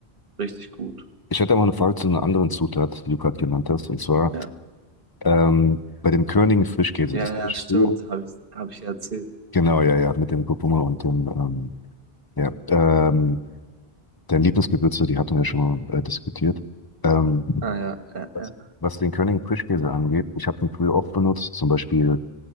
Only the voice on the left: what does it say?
Ich hätte aber eine Frage zu einer anderen Zutat, die du gerade genannt hast, und zwar
ähm, bei dem körnigen Frischkäse.
Das
habe ich
früher.
Genau, ja, ja, mit dem Kurkuma und dem, ähm, ja, ähm, dein Lieblingsgewürze, die hatten wir schon mal äh, diskutiert. Ähm,
Was
was den Königen Frischkäse angeht, ich habe ihn früher oft benutzt, zum Beispiel